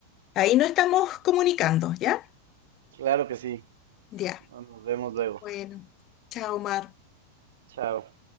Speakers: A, on the left; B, on the right.
A: ahí nos estamos comunicando, ¿ya?
B: Claro que sí.
A: Ya,
B: Nos vemos luego.
A: bueno, chao, Mar.
B: Chao.